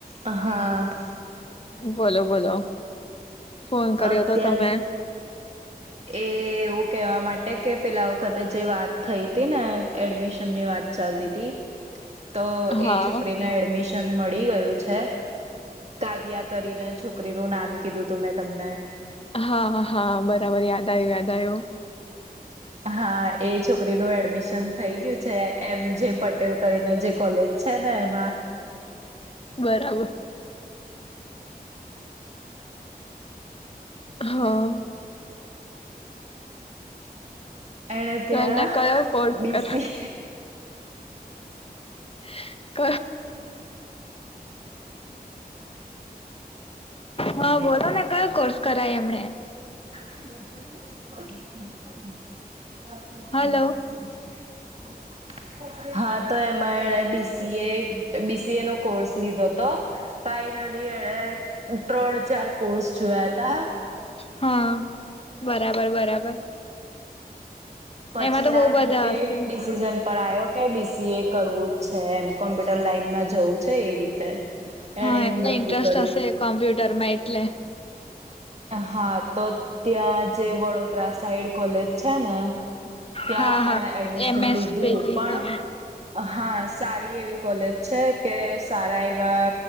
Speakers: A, on the right; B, on the left.
A: હા
B: બોલો બોલો ફોન, કર્યો
A: અત્યારે
B: તો તમે
A: એ એવું કેહેવા માટે કે પેલા વખતે જે વાત થઈ તી ને એડમિશન ની વાત ચાલતી તી તો,
B: હા
A: એ છોકરીને એડમિશન મળી ગયું છે કાવ્યા, કરીને છોકરીનું નામ કીધું હતું મેં તમને
B: હા, હા, બરાબર યાદ આયુ યાદ આયુ
A: હા, એ છોકરી નુ એડમિશન થઈ ગયું એમ જે પટેલ કરી ને જે કોલેજ છે, ને એમાં
B: બરાબર હા
A: <inaudible> એણે ત્યાં
B: તો એને કયો કોર્સ
A: બેસી
B: કર <inaudible> હા, બોલો ને કયો કોર્સ કરાય એમણે
A: <inaudible> <inaudible>
B: હલો
A: હા, તો એમાં એણે બીસીએ, બીસીએ નો કોર્સ લીધો હતો, ફાઈનલી એણે ત્રણ, ચાર, કોર્સ જોયા તા
B: હા, બરાબર, બરાબર
A: પછી
B: એમાં તો
A: લાસ્ટ
B: બહુ બધા
A: એ
B: હશે
A: ડિસિઝન પર આવો કે બીસી એ કરવું જ છે, એમ કોમ્પ્યુટર લાઈનમાં જવું છે એ રીતે એણે
B: હા,
A: એવું
B: એમને
A: નક્કી
B: ઇન્ટરેસ્ટ
A: કર્યું
B: હશે કોમ્પ્યુટરમાં એટલે
A: હા, તો ત્યાં જે વડોદરા સાઈડ કોલેજ છે ને ત્યાં
B: હા હા
A: એણે એડમિશન
B: એમ એસ
A: લીધું
B: પેલી
A: પણ,
B: હા
A: હા, સારી એવી કોલેજ છે કે સારા એવા